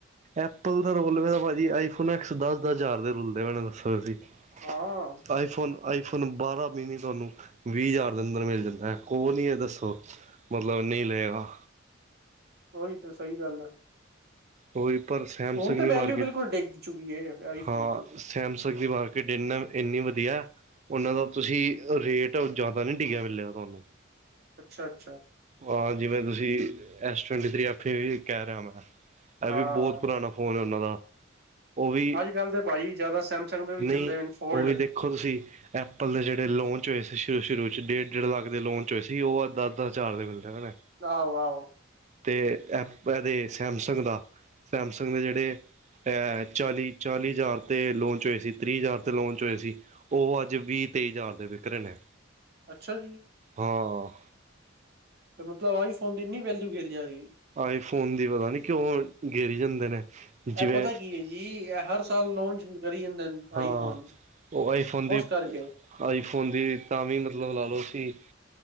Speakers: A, on the right; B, on the right.
A: ਐਪਲ ਦਾ ਰੁਲ ਮ ਤਾਂ ਭਾਜੀੀ ਆਈਫੋਨ ਐਕਸ ਦਸ ਦਸ ਹਜ਼ਾਰ ਦੇ ਰੁਲਦੇ ਮੈਨ ਦੱਸੋ ਤੁਸੀਂ
B: ਹਾਂ
A: <unintelligible> ਆਈ ਫੋਨ ਆਈਫੋਨ ਬਾਰਾਂ ਮੀਨੀ ਤੁਹਾਨੂੰ ਵੀਹ ਹਜ਼ਾਰ ਦੇ ਅੰਦਰ ਮਿਲ ਜਾਂਦਾ ਹੈ ਉਹ ਨਹੀ ਹੈ ਦੱਸੋ ਮਤਲਬ ਨਹੀਂ ਲਏਗਾ
B: ਉਹੀ ਤਾਂ ਸਹੀ ਗੱਲ ਆ
A: ਉਹੀ ਪਰ ਸੈਮਸੰਗ
B: ਹੁਣ ਤਾਂ
A: ਦੀ
B: ਵੈਲਿਊ
A: ਮਾਰਕੀਟ
B: ਬਿਲਕੁਲ ਡਿੱਗ ਚੁੱਕੀ ਆਈਫੋਨ
A: ਹਾਂ
B: ਦੀ
A: ਸੈਮਸੰਗ ਦੀ ਮਾਰਕੀਟ ਇੰਨਾ ਇੰਨੀ ਵਧੀਆ ਉਹਨਾਂ ਦਾ ਤੁਸੀਂ ਰੇਟ ਜ਼ਿਆਦਾ ਨਹੀ ਡਿੱਗਿਆ ਮਿਲਿਆ ਤੁਹਾਨੂੰ
B: ਅੱਛਾ ਅੱਛਾ
A: ਹਾਂ ਜਿਵੇਂ ਤੁਸੀਂ ਐਸ ਟਵਥਫ ਵੀ ਕਹਿ ਰਿਹਾ ਮੈਂ ਇਹ
B: ਹਾਂ
A: ਵੀ ਬਹੁਤ ਪੁਰਾਣਾ ਫੋਨ ਹੈ ਉਹਨਾਂ ਦਾ ਉਹ ਵੀ
B: ਅੱਜ ਕੱਲ੍ਹ ਤਾਂ ਭਾ ਜੀ ਜ਼ਿਆਦਾ ਸੈਮਸੰਗ ਦੇ ਵੀ
A: ਨਹੀਂ
B: ਚੱਲਦੇ ਇਨਫੋਲਡ
A: ਉਹ ਵੀ ਦੇਖੋ ਤੁਸੀਂ ਐਪਲ ਦੇ ਜਿਹੜੇ ਲੋਂਚ ਹੋਏ ਸੀ ਸ਼ੁਰੂ ਸ਼ੁਰੂ ਚ ਡੇਢ ਡੇਢ ਲੱਖ ਦੇ ਲੋਂਚ ਹੋਏ ਸੀ ਉਹ ਅੱਧਾ ਅੱਧਾ ਚਾਰ ਦਾ ਮਿਲਦਾ ਹਨਾ
B: ਆਹੋ ਆਹੋ
A: ਅਤੇ ਐ ਇਹਦੇ ਸੈਮਸੰਗ ਦਾ ਸੈਮਸੰਗ ਦੇ ਜਹੜੇ ਚਾਲੀ ਚਾਲੀ ਹਜ਼ਾਰ 'ਤੇ ਲੌਚ ਹੋਏ ਸੀ ਤਰੀਹ ਹਜ਼ਾਰ 'ਤੇ ਲੌਚ ਹੋਏ ਸੀ ਉਹ ਅੱਜ ਵੀਹ ਤੇਈ ਹਜ਼ਾਰ ਦੇ ਵਿਕਰੇਨ ਨੇ
B: ਅੱਛਾ ਜੀ
A: ਹਾਂ
B: ਤੇ ਮਤਲਬ ਆਈਫੋਨ ਦੀ ਇਨੀ ਬੈਲੂ ਗਰ ਜਾ ਰਹੀ
A: ਆਈਫੋਨ ਦੀ ਪਤਾ ਨੀ ਕਿਉ ਉਹ ਗਿਰ ਜਾਂਦੇ ਨੇ ਜਿਵੇਂ
B: ਪਤਾ ਕੀ ਹੈ ਜੀ ਇਹ ਹਰ ਸਾਲ ਲੋਂਚ ਕਰੀ ਜਾਂਦੇ ਆਈਫੋਨ
A: ਹਾਂ ਉਹ ਆਈਫੋਨ ਦੀ
B: ਉਸ ਕਰਕੇ
A: ਆਈਫੋਨ ਦੀ ਤਾਂ ਵੀ ਮਤਲਬ ਲਾ ਲਓ ਸੀ